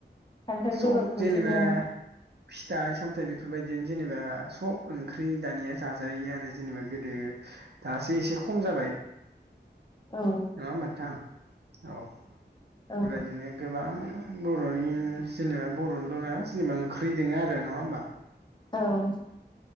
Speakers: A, on the left; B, on the right.
A: खान्थाल
B: सब
A: बेगरखौ
B: जेनेबा
A: जोङो
B: फिथाइ सामथाइ बेफोरबायदियानो जेनेबा सब ओंख्रि दानिया जाजायो आरो जेनेबा गोदो दासो एसे खम जाबाय।
A: औ
B: नङा होमबा थां औ
A: औ
B: बेबायदिनो गोबां बर'नि जेनिबा बर'नोल' नङा जेनेबा ओंख्रि दङो आरो नङा होमबा
A: औ